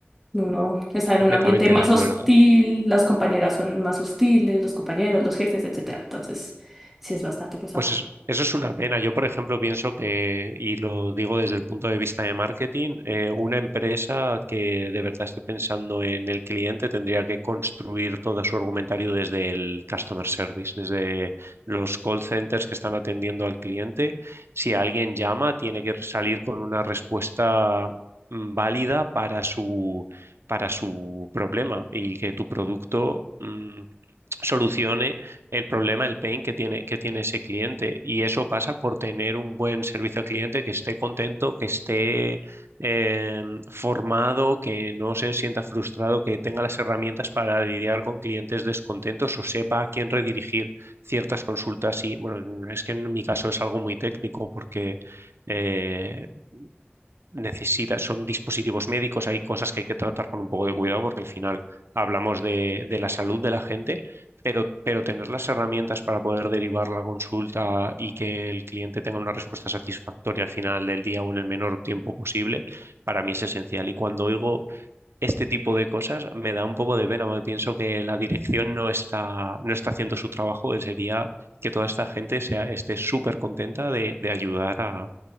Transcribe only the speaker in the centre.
Uno está en
un ambiente más
hostil, las compañeras son más hostiles, los compañeros, los jefes, etcétera. Entonces, sí es bastante pesado.